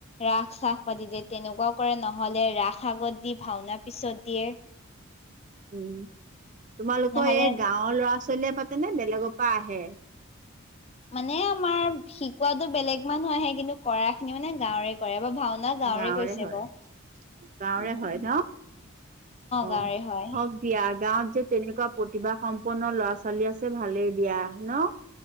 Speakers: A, on the left; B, on the right.
A: ৰাস চাস পাতি দিয়ে তেনেকোৱাও কৰে ন। নহ'লে ৰাস আগত দি ভাওনা পিছত দিয়ে।
B: উম তোমালোকৰ
A: নহলে
B: এই গাঁৱৰ ল'ৰা ছোৱালীয়ে পাতেনে বেলেগৰ পৰা আহে।
A: মানে আমাৰ শিকোৱাতো বেলেগ মানুহ আহে কিন্তু কৰা খিনি মানে গাঁৱৰে কৰে। বা ভাওনা
B: গাঁৱৰে
A: কৰিছে
B: হয়
A: বাৰু
B: গাঁৱৰে
A: উম
B: হয় ন। অ
A: গাঁৱৰে হয়
B: হওক দিয়া গাঁৱত যে তেনেকোৱা প্ৰতিভা সম্পন্ন ল'ৰা ছোৱালী আছে ভালেই দিয়া ন।